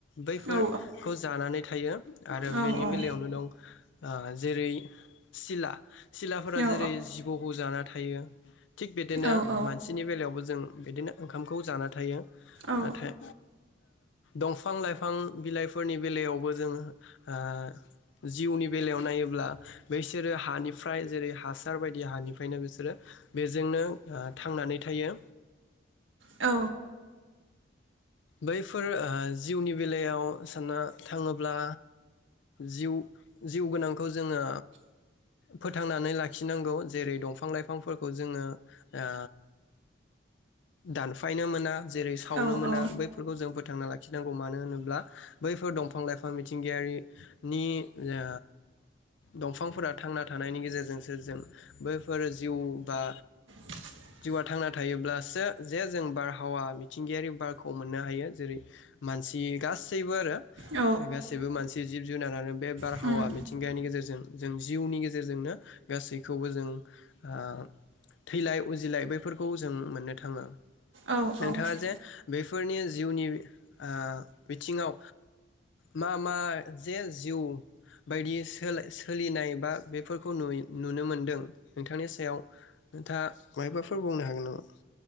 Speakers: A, on the left (about 75°); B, on the right (about 80°).
A: बैफोरखौ
B: औ
A: जानानै थायो आरो
B: औ
A: बेनि
B: औ
A: बेलायावनो दं जेरै- सिला सिलाफोरा
B: औ
A: जेरै जिबौखौ जाना थायो। थिग बिदिनो
B: औ औ
A: मानसिनि बेलायावबो जों बिदिनो ओंखामखौ जाना थायो
B: औ
A: नाथाय दंफां लाइफां बिलाइफोरनि बेलायावबो जों ओ जिउनि बेलायाव नायोब्ला बैसोरो हानिफ्राय जेरै हासार बायदि हानिफ्रायनो बिसोरो। बेजोंनो थांनानै थायो।
B: औ
A: बैफोर ओ जिउनि बेलायाव साननो थाङोब्ला। जिउ- जिउ गोनांखौ जोङो। फोथांनानै लाखिनांगौ जेरै दंफां लाइफांफोरखौ जोङो ओ दानफायनो मोना जेरै सावनो
B: औ
A: मोना बै फोरखौ जों फोथांना लाखिनांगौ मानो होनोब्ला बैफोर दंफां लाइफां मिथिंगायारि नि ओ दंफांफोरा थांना थानायनि गेजेरजोंसो जों बैफोर जिउ बा
B: <inaudible>
A: जिउआ थांना थायोब्लासो जे जों बारहावा मिथिंगायारि बारखौ मोननो हायो जेरै मानसि गासैबो आरो
B: औ
A: गासैबो मानसि जिब जुनारानो बे बारहावा
B: उम
A: मिथिंगायानि गेजेरजों जों जिउनि गेजेरजोंनो गासैखौबो जों ओ थैलाय उजिलाय बैफोरखौ जों मोननो थाङो
B: औ
A: नोंथाङा
B: औ
A: जे बेफोरनि जिउनि ओ बिथिङाव मा मा जे जिउ बायदि सोलाय सोलिनाय बा बेफोरखौ नु-नुनो मोनदों नोंथांनि सायाव नोंथाङा मायबाफोर बुंनो हागोन नामा?